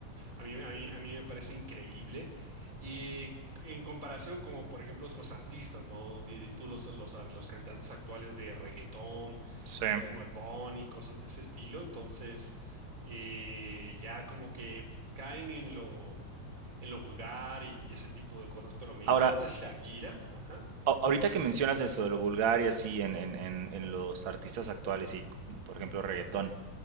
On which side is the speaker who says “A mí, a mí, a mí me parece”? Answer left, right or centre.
Right